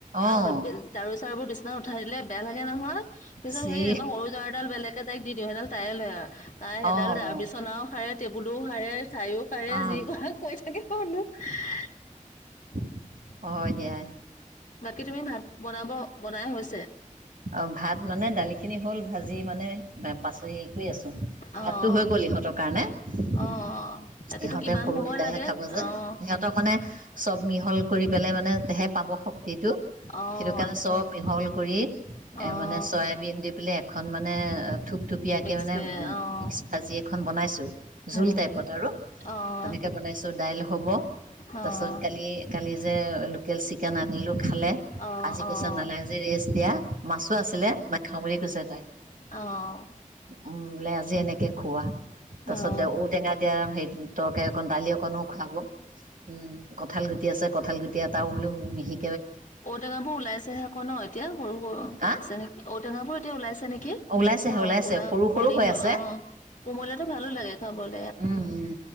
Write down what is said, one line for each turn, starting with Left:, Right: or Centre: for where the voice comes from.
Left: আহ
Right: অঁ
Left: ঝাৰু-চাৰুবোৰ বিছনাত উঠাই দিলে বেয়া লাগে নহয়। <inaudible> পিছত
Right: চি
Left: সেই আকৌ সৰু ঝাৰুদাল বেলেগে তাইক দিওঁ সেইডাল তাইয়ে লয় আৰু তাই সেইডাল
Right: অঁ
Left: ঝাৰু
Right: অঁ
Left: বিচনাও সাৰে <inaudible> টেবুলো সাৰে, চায়ো সাৰে
Right: অঁ
Left: যি কৰে কৰি থাকিব বোলো। <unintelligible>
Right: <unintelligible> হয় দিয়া।
Left: বাকী তুমি ভাত বনাব <inaudible> বনাই হৈছে?
Right: অ ভাত মানে দালিখিনি হ'ল ভাজি মানে পাচলি হেৰি কৰি আছো। <unintelligible>
Left: অ' অ'
Right: ভাতটো হৈ গ'ল ইহঁতৰ কাৰণে। <inaudible>
Left: অ' তাকেতো
Right: ইহঁতে
Left: কিমান
Right: সৰু
Left: সময়
Right: কিতাইহে
Left: লাগে
Right: খাব যে
Left: অ'
Right: সিহঁত <inaudible> ইহঁতক মানে চব মিহল কৰি পেলাই মানেহে পাব শক্তি <unintelligible> শক্তিটো
Left: অ'
Right: সেইটো কাৰণে চব মিহল কৰি <inaudible>
Left: অ'
Right: এ মানে চয়াবিন দি পেলাই এখন মানে, থোপথুপিয়াকে
Left: মিক্স
Right: মানে <unintelligible>
Left: অ'
Right: মিক্স ভাজি এখন বনাইছোঁ, জোল
Left: উম
Right: টাইপ। <inaudible> <unintelligible> আৰু
Left: অ'
Right: তেনেকে বনাইছো দাইল হব।
Left: অ',
Right: তাৰপাছত কালি-কালি যে লোকেল চিকেন আনিলোঁ খালে। <inaudible>
Left: অ',
Right: আজি
Left: অ',
Right: কৈছে নালাগে আজি ৰেষ্ট দিয়া, মাছো আছিলে নাখাওঁ বুলি কৈছে তাই। <inaudible>
Left: অঁ <inaudible>
Right: উম বোলে আজি এনেকৈ খোৱা। <unintelligible> তাৰপিছতে
Left: অঁ।
Right: <unintelligible> দিয়া সেই তৰকাৰী অকণ, দালি অকনো খুৱাব উম। <unintelligible> কঁঠাল গুটি আছে, কঁঠাল গুটি এটাও বোলো মিহি
Left: ঔটেঙাবোৰ ওলাইছে হে আকৌ ন এতিয়া, সৰু-সৰু
Right: হা
Left: হৈছে নেকি ঔটেঙাবোৰ এতিয়া ওলাইছে নেকি?
Right: ওলাইছে
Left: <inaudible> ন
Right: ওলাইছে
Left: ওলা
Right: সৰু সৰু
Left: কলি
Right: হৈ
Left: অ
Right: আছে
Left: কোমলীয়খটো ভালো লাগে খাব। <unintelligible>
Right: উম-উম।